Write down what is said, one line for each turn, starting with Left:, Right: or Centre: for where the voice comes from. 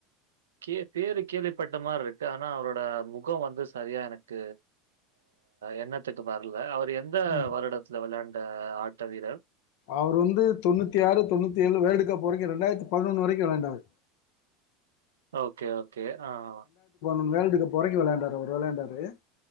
Right: கே பேரு கேள்விப்பட் ட மாரி இருக்கு ஆனா அவரோட முகம் வந்து சரியா எனக்கு எண்ணத்துக்கு வர்ல அவர் எந்த
Left: ம்
Right: வருடத்தல விளையாண் ட ஆட்ட வீரர்
Left: அவர் வந்து தொண்ணூத்தி ஆறு தொண்ணூத்தி ஏழு வேல்டு கப் வரைக்கு இரண்டாயிரத்தி பதினொன்னு வரைக்கு விளையாண்டாரு
Right: ஓகே ஆல் கே ஆஹ்
Left: வேல்டுகப் போறைக்கும் விளையாண்டாரு அவரு விளையாண்டாரு